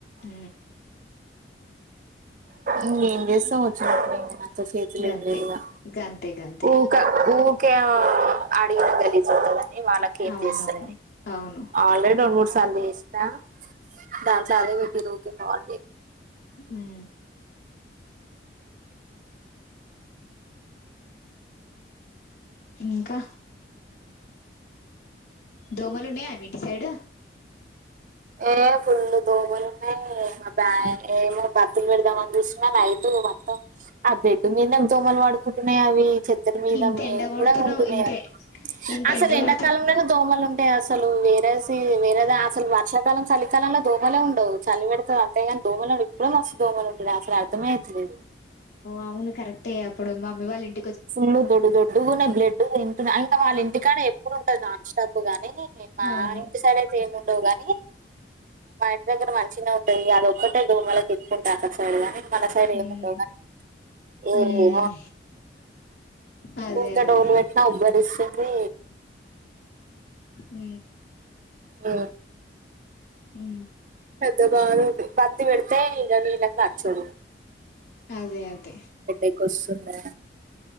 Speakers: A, on the left; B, on the right.
A: ఊ
B: ఇంకేం చేస్తాం వచ్చినప్పుడు ఏం చేతుల
A: గంతే
B: ఏం లేదు ఇంకా
A: గంతే గంతే
B: ఊక ఊ క అడిగిన కలి వాళ్ళకి ఏం
A: అవునవును
B: చేస్తా
A: అవును
B: ఆల్రెడీ రెండు మూడు చందే ఇస్తా దాంట్ల అదే పెట్టిర్రు అ
A: ఉ ఇంకా దోమలు ఉన్నాయా మీటి సైడ్
B: ఏ ఫుల్లు దోవలు ఉన్నాయి బ్యా ఏమో బతులు పెడదాం అని చూసిన అైతు ఆ బెడ్డూమీద దోమలు పడుకునే ఉన్నాయి అవి చెద్దడి మీద
A: ఇంత
B: మేము
A: ఎండ కొడుతున్నావ్
B: కూడా ఉంటున్నాయా
A: ఇంతే ఇంత
B: అసలు
A: ఎండ
B: ఎండాకాలంలోనే
A: కొడుతు
B: దోమలు ఉంటాయి అసలు సలు వేర వేరదా అసలు వర్ష ఇకాలం చలికాలంలో దోమలే ఉండవు చలి పెడతతేందింతేగాని దోమలు ఉండు ఇప్పుడు నస్తు దోమలు ఉండడు అసలుర్మే అవలేదు
A: అవును కరెక్టే అప్పుడు మమ్మీ వాళ్ళంటి
B: ఫుళడు దొడ్డు దొడ్డునే బ్లడ్ త ఇంకా వాళ్ళ ఇంటికానే ఇప్పు ఉంట నపుగా మా
A: అవును
B: ఇంటి సడతే గాని మా ఇంటి దగ్గర మంచిన ఉంటాంది అది ఒక్కటే దోమల తిప్పుకుంటారు అక్క సైడ్ గాని మన సైడ్
A: ఉమ్
B: ఏముండవు కానీ ఏ
A: ఉమ్ అదే
B: ఇక
A: అదే
B: డోలు పెట్టినా ఉబ్బరిస్తుంది
A: ఉ
B: ఆ
A: ఉ
B: పెద్దగా పత్ పెడితే ఇద నీల అచ్చు
A: అదే అదే
B: ఎక్ వస్తుంది